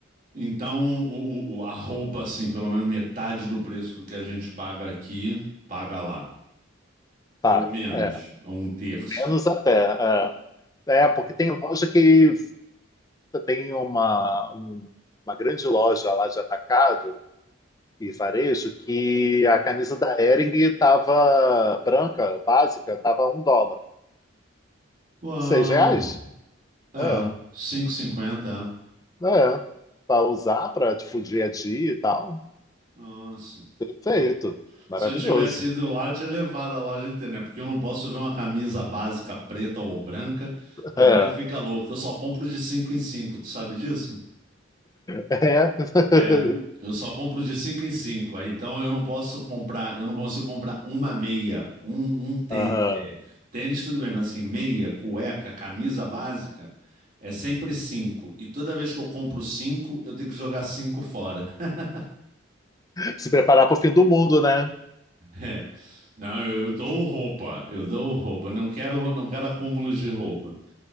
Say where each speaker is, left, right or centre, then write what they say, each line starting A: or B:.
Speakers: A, on the right; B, on the left.
A: Então, o, o- o- a roupa, assim, pelo menos metade do preço do que a gente paga aqui, paga lá. Ou
B: Paga.
A: menos,
B: É,
A: ou um terço.
B: menos até. É,
A: Ah.
B: é porque tem loja que tem uma, um- uma grande loja lá de atacado e varejo que a camisa da Hering tava branca, básica, tava um dólar.
A: Uau!
B: Seis reais?
A: É,
B: É,
A: 5,50, é.
B: é. Para usar para, tipo, dia a dia e tal.
A: Nossa.
B: Feito,
A: Ah.
B: Maravilhoso.
A: Se eu tivesse ido lá, eu tinha levado a loja inteira, né? Porque eu não posso ver uma camisa básica preta ou branca. É,
B: É.
A: moleque fica louca Eu só compro de 5 em cinco tu sabe disso?
B: É. <laughs>
A: É, eu só compro de 5 em 5. Aí então eu não posso comprar, eu não consigo comprar uma meia, um, um tênis.
B: Aham.
A: Tênis tudo bem, mas assim, meia, cueca, camisa básica, é sempre 5. E toda vez que eu compro cinco, eu tenho que jogar 5 fora. <laughs>
B: Se preparar para o fim do mundo, né?
A: É. Não, eu, eu dou roupa, eu dou roupa. Não quero, não quero acúmulos de roupa.